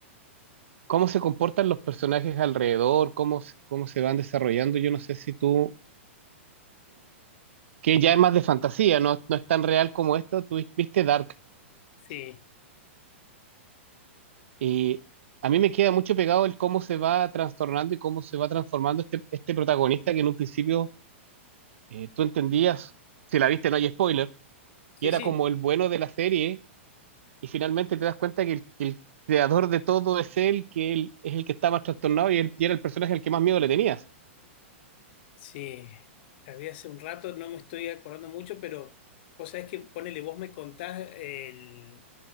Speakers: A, on the right (about 70°); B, on the left (about 50°).
A: cómo se comportan los personajes alrededor, cómo, se- cómo se van desarrollando. Yo no sé si tú, que ya es más de fantasía, no, no es tan real como esto, tú viste Dark.
B: Sí,
A: Y a mí me queda mucho pegado el cómo se va trastornando y cómo se va transformando este, este protagonista que en un principio eh, tú entendías, si la viste no hay spoiler
B: sí,
A: que era
B: sí,
A: como el bueno de la serie, y finalmente te das cuenta que el, que el creador de todo es él, que él es el que está más trastornado y, él, y era el personaje al que más miedo le tenías.
B: sí. La vi hace un rato, no me estoy acordando mucho, pero vos sabés que, ponele, vos me contás el